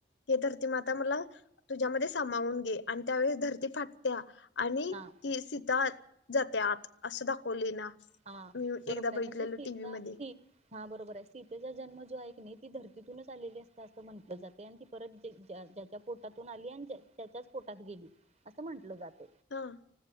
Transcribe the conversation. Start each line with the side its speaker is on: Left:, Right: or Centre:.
Left: हे धरती माता मला तुझ्यामध्ये सामावून घे आणि त्यावेळेस धरती फाटत्या आ. आणि
Right: हा
Left: ती सीता जात्यात असं दाखवली ना
Right: हा
Left: मी
Right: बरोबर
Left: एकदा
Right: आहे
Left: बघितलेलं
Right: म्हणजे सीता
Left: टीव्ही मध्ये
Right: ही हा बरोबर सीतेचा जन्म जो आहे ती धर्तीतूनच आलेली असता असं म्हंटलं जाते आणि ती परत ज्याच्या पोटातून आली आणि त्याच्याच पोटात गेली असं म्हटलं जात.
Left: हा